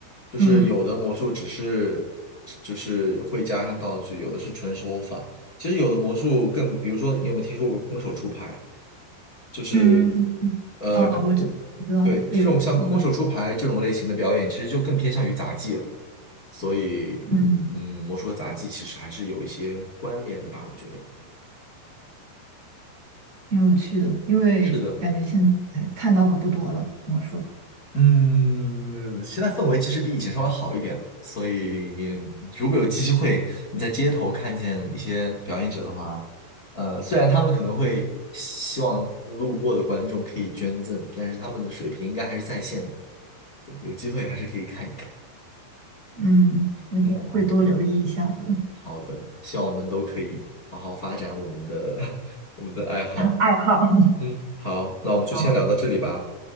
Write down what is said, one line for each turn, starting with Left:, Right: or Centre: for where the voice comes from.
Left: 就是有的魔术只是
Right: 嗯
Left: 就是会加上道具，有的是纯手法。其实有的魔术更，比如说你有没有听说过空手出牌？就是
Right: 嗯，
Left: 呃，
Right: 哦，我知道我知道有一个
Left: 对，这种像空手出牌这种类型的表演，其实就更偏向于杂技了。所以，
Right: 嗯
Left: 嗯，魔术和杂技其实还是有一些关联的吧，我觉得。
Right: 挺有趣的，因为感觉现在看到的不多了，
Left: 是的，
Right: 魔术，
Left: 嗯，现在氛围其实比以前稍微好一点了。所以，如果有机会你在街头看见一些表演者的话，呃，虽然他们可能会希望路过的观众可以捐赠，但是他们的水平应该还是在线的。对，有机会还是可以看一看。
Right: 嗯，会多会多留意一下的。
Left: 嗯。好的，希望我们都可以好好发展我们的 <laughs> 我们的爱好。
Right: 爱好。<laughs>
Left: 嗯，好，那我们就先聊到这里吧，
Right: 好